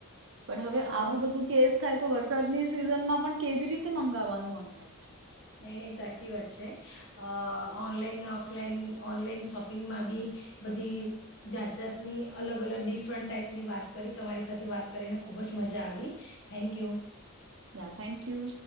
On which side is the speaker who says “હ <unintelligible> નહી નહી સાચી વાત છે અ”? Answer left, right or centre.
Left